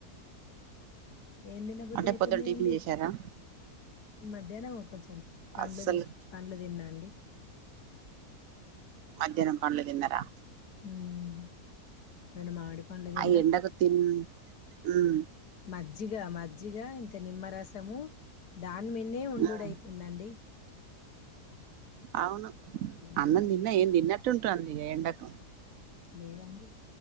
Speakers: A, on the left; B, on the right.
A: ఎం దినాబుద్ధి
B: అంటే
A: అయితున్నాయండి
B: పొద్దున్న టిఫిన్ చేశారా
A: మధ్యానం ఒ కోంచెం పండ్లు
B: అస్సలు
A: తీస్ పండ్లు తిన్నా అండి
B: మధ్యానం పండ్లు తిన్నారా
A: ఆమ్ రెండు మామిడి పండ్లు తిన్న
B: ఆ ఎండకు తిన్ ఉమ్
A: మజ్జిగా మజ్జిగా ఇం నిమ్మ రసము తే దాని మీదే ఉండుడు
B: ఉమ్
A: అవుతుందండి
B: అవును
A: తినాలని
B: అన్నం తిన్న
A: కూడా
B: ఏం తిన్నట్టుంటాంది ఇగ ఎండకు
A: లేదండి